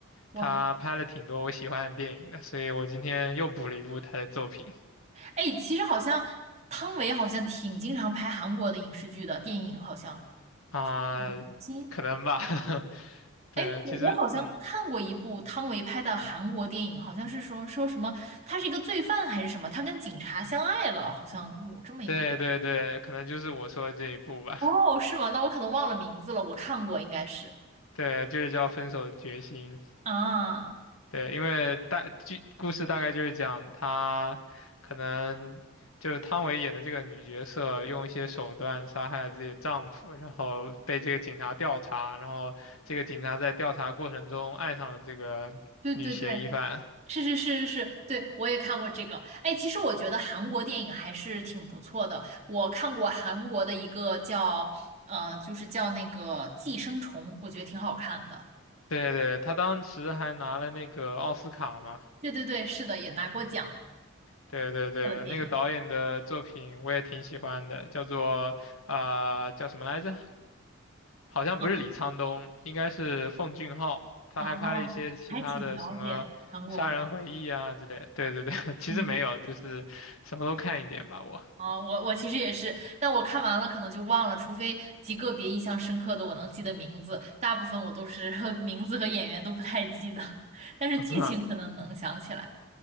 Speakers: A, on the right; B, on the left.
A: 哇，
B: 他拍了挺多我喜欢的电影的，所以我今天又补了一部他的作品
A: 哎，其实好像汤唯好像挺经常拍韩国的影视剧的电影，好像。
B: 啊，
A: 嗯金，
B: 可能吧。<laughs> 对，
A: 哎，我我好像看过一部汤唯拍的韩国电影，
B: 其实，嗯，
A: 好像是说说什么，他是一个罪犯还是什么，他跟警察相爱了，好像有这么一个。
B: 对对对，可能就是我说的这一部吧。
A: 哦，是吗？那我可能忘了名字了，我看过应该是。
B: 对，就是叫《分手的决心》。
A: 啊，
B: 对，因为大剧故事大概就是讲她可能就是汤唯演的这个女角色用一些手段杀害了自己的丈夫，然后被这个警察调查，然后这个警察在调查过程中爱上了这个女嫌疑犯。
A: 对对对，是是是是是，对，我也看过这个。哎，其实我觉得韩国电影还是挺不错的。我看过韩国的一个叫呃，就是叫那个《寄生虫》，我觉得挺好看的。
B: 对对，她当时还拿了那个奥斯卡嘛。
A: 对对对，是的，也拿过奖
B: 对对对，
A: 的电影。
B: 那个导演的作品我也挺喜欢的，叫做啊、呃叫什么来着？好像不是李沧东，
A: 嗯，
B: 应该是奉俊昊，他还拍了一些其他的什么《杀人回忆》啊之类。
A: 哦，还挺了解韩国的。
B: 对对对，<laughs> 其实没有，
A: 嗯，
B: 就是什么都看一点吧，我。
A: 啊，我我其实也是，但我看完了可能就忘了，除非极个别印象深刻的我能记得名字，大部分我都是 <laughs> 名字和演员都不太记得，<laughs> 但是剧情可能能想起来。
B: <laughs>